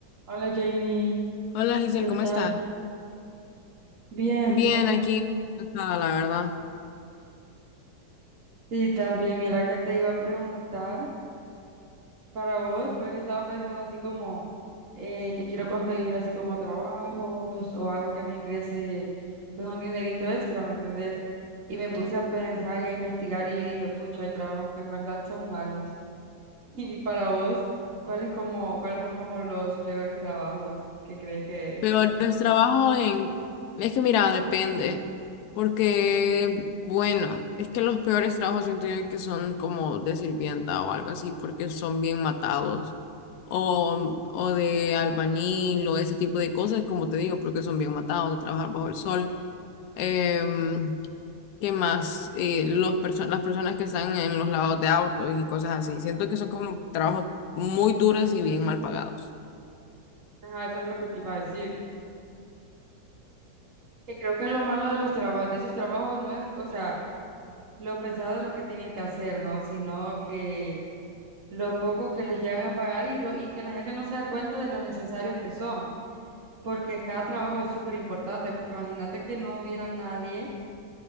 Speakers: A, on the right; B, on the left.
A: Hola Jamie,
B: Hola Giselle,
A: ¿qué
B: ¿cómo
A: tal?
B: estás?
A: Bien,
B: Bien,
A: bien.
B: aquí, cansada, la verdad.
A: Sí, también mira que te iba a preguntar para vos, porque estaba pensando así como eh, que quiero conseguir así como trabajos o algo que me ingrese pues un dinerito extra, ¿me entendés? Y me puse a pensar y a investigar y dije, pucha, hay trabajos que en verdad son malos. <laughs> Y para vos, ¿cuáles como, cuáles son como los peores trabajos que crees que existen?
B: Peores trabajo en... Es que mira, depende, porque, bueno, es que los peores trabajos siento yo que son como de sirvienta o algo así, porque son bien matados, o, o de albañil o ese tipo de cosas, como te digo, porque son bien matados de trabajar bajo el sol. Em, ¿Qué más? Eh, los perso- las personas que están en los lados de autos y cosas así. Siento que son como trabajos muy duros y bien mal pagados.
A: Ajá, eso era lo que te iba a decir. Que creo que lo malo de los trabajos, de esos trabajos no es, o sea, lo pesado de lo que tienen que hacer, ¿no? Sino que lo poco que les llegan a pagar y, lo, y que la gente no se da cuenta de lo necesario que son, porque cada trabajo es súper importante, porque imagínate que no hubiera nadie